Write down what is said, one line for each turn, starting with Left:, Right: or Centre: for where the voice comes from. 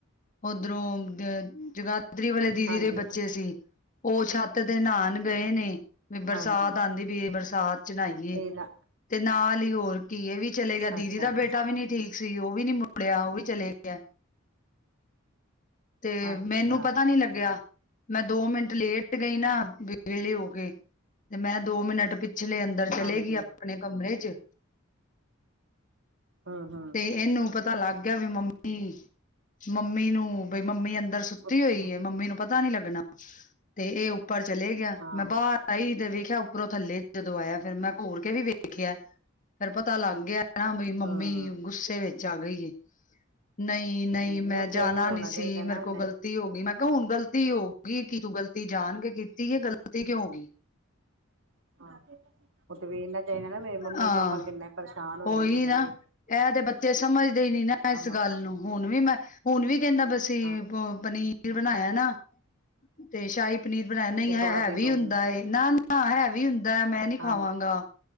Left: ਉਧਰੋਂ ਜ ਜਗਾ ਪਾਦਰੀ ਵਾਲੇ ਦੀਦੀ
Right: ਹਾਂਜੀ
Left: ਦੇ ਬੱਚੇ ਸੀ ਉਹ ਛੱਤ ਦੇ ਨਾਨ ਗਏ ਨੇ ਵੀ ਬਰਸਾਤ
Right: ਹਾਂਜੀ
Left: ਆਉਂਦੀ ਵੀਈ ਬਰਸਾਤ ਚਣਾ ਨਾਈਏ
Right: ਇਹ ਨਾ
Left: ਤੇ ਨਾਲ ਹੀ ਹੋਰ ਕੀਏ ਵੀ ਚਲੇ ਗਿਆ ਦੀਦੀ
Right: ਅੱਛਾ
Left: ਦਾ ਬੇਟਾ ਵੀ ਨੀ ਠੀਕ ਸੀ ਉਹ ਵੀ ਨੀ ਮੁੜਿਆ ਉਹ ਵੀ ਚਲੇ ਗਿਆ ਤੇ
Right: ਅੱਛਾ
Left: ਮੈਨੂੰ ਪਤਾ ਨੀ ਲੱਗਿਆ ਮੈਂ ਦੋ ਮਿੰਟ ਲੇਟ ਗਈ ਨਾ ਵਿਹਲੀ ਹੋ ਕੇ ਤੇ ਮੈਂ ਦੋ ਮਿੰਟ ਪ ਪਿਛਲੇ ਅੰਦਰ ਚਲੇਗੀ
Right: ਹਾਂਜੀ ਹਾਂਜੀ
Left: ਆਪਣੇ ਕਮਰੇ ਚ
Right: ਹਮ ਹਮ
Left: ਤੇ ਇਹਨੂੰ ਪਤਾ ਪਤਾ ਲੱਗ ਗਿਆ ਵੀ ਮੰਮੀ-ਮੰਮੀ ਨੂੰ ਵੀ ਮੰਮੀ ਅੰਦਰ ਸੁਤੀ
Right: ਸੁੱਤੇ
Left: ਹੋਈਏ ਮੰਮੀ ਨੂੰ ਪਤਾ ਪਤਾ ਨੀ ਲੱਗਣਾ ਤੇ ਇਹ ਉੱਪਰ ਚਲੇ ਗਿਆ
Right: ਹਾਂ
Left: ਮੈਂ
Right: ਹਾਂ
Left: ਬਾਹਰ ਆਈ ਤੇ ਵੇਖ। ਖਿਆ ਉੱਪਰੋਂ ਥੱਲੇ ਜਦੋਂ ਆਇਆ ਫੇਰ ਮੈਂ ਘੋਲ ਕੇ ਵੀ ਵੇਖਿਆ ਫੇਰ ਪਤਾ ਲੱਗ ਗਿਆ। ਕਣਾ ਵੀ ਮੰਮੀ
Right: ਹਮ
Left: ਗੁੱਸੇ ਵਿ ਚ ਆ ਗਈ ਹੈ। ਨਹੀਂ-ਨਹੀਂ
Right: ਨਹੀਂ
Left: ਮੈਂ
Right: ਉਹ ਤੇ
Left: ਜਾਣਾ
Right: ਇਹਨੂੰ ਹੋਣਾ
Left: ਨਹੀਂ ਸੀ
Right: ਚਾਹੀਦਾ
Left: ਮੇਰੇ
Right: ਨਾ
Left: ਕੋਲ
Right: ਨਹੀਂ
Left: ਗਲਤੀ ਮੈਂ ਕਾ ਹੁਣ ਗਲਤੀ ਹੋਗੀ ਕੀ ਤੂੰ ਗ਼ਲਤੀ ਜਾਣ ਕੇ ਕੀਤੀ ਐ ਗ਼ਲਤੀ ਕਿਉ ਹੋਗੀ।
Right: ਹਾਂ <unintelligible> ਮੰਮੀ
Left: ਹਾਂ
Right: ਪਾਪਾ ਕਿੰਨੇ ਪਰੇਸ਼ਾਨ ਹੋਏ
Left: ਓਹੀ
Right: ਨੇ ਮੇਰੇ
Left: ਨਾ
Right: ਲਈ
Left: ਐ ਤੇ ਬੱਚੇ ਸਮਝਦੇ ਈ ਨੀ ਨਾ ਇਸ
Right: ਸਮਝ
Left: ਗੱਲ ਨੂੰ ਹੁਣ ਵੀ ਮੈਂ ਹੁਣ ਵੀ ਕੈਂਦਾ ਪਿਆ ਸੀ
Right: ਹਾਂ
Left: ਪਨੀਰ, ਰ ਬਣਾਇਆ ਨਾ। ਤੇ ਸ਼ਾਹੀ ਪਨੀਰ ਬਣਾਇਆ ਨਈ
Right: ਇਹ
Left: ਹੈਵੀ
Right: ਥੋੜਾ ਦੇ ਦੋ
Left: ਹੁੰਦਾ
Right: ਮੈਨੂੰ
Left: ਏ ਨਾ-ਨਾ ਹੈਵੀ ਹੁੰਦਾ ਮੈਂ ਨੀ ਖਾਵਾਂਗਾ।
Right: ਹਾਂਜੀ